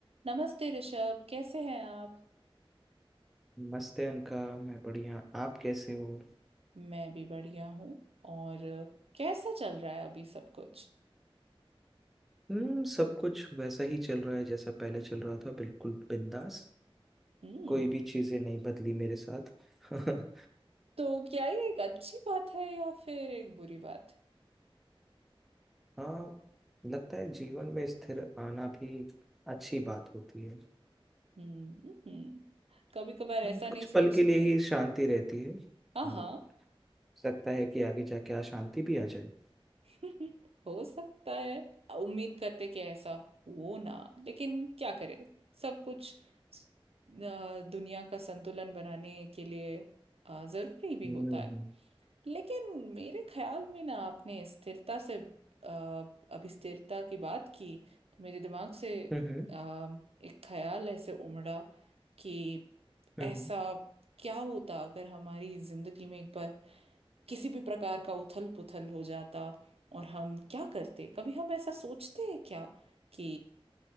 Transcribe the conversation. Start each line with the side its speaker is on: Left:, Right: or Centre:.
Right: नमस्ते ऋषभ कैसे हैं आप
Centre: नमस्ते अनका मैं बढ़िया आप कैसे हो
Right: मैं भी बढ़िया हूँ और कैसा चल रहा है अभी सब कुछ
Centre: हम्म सब कुछ वैसा ही चल रहा है जैसा पहले चल रहा था बिल्कुल बिंदास
Right: हम्म
Centre: कोई भी चीजें नहीं बदली मेरे साथ <laughs>
Right: तो क्या ये एक अच्छी बात है या फिर एक बुरी बात
Centre: हाँ लगता है जीवन में स्थिर आना भी अच्छी बात होती है
Right: हम्म हम्म कभी कभार ऐसा
Centre: हम्म,
Right: नहीं
Centre: कुछ
Right: सोचते
Centre: पल के लिए ही शांति रहती है
Right: हाँ
Centre: और
Right: हाँ
Centre: सकता है कि आगे जाके अशांति भी आ जाए
Right: <laughs> हो सकता है उम्मीद करते कि ऐसा हो ना लेकिन क्या करें सब कुछ अ, दुनिया का संतुलन बनाने के लिए अ, जरूरी भी
Centre: हम्म
Right: होता
Centre: हम्म
Right: लेकिन मेरे ख्याल में ना आपने स्थिरता से अ, अभी स्थिरता की बात की तो मेरे दिमाग से
Centre: हम्म
Right: अ, एक ख्याल ऐसे उमड़ा कि
Centre: हम्म,
Right: ऐसा क्या होता अगर हमारी जिंदगी में एक बार किसी भी प्रकार का उथल पुथल हो जाता और हम क्या करते कभी हम ऐसा सोचते हैं क्या कि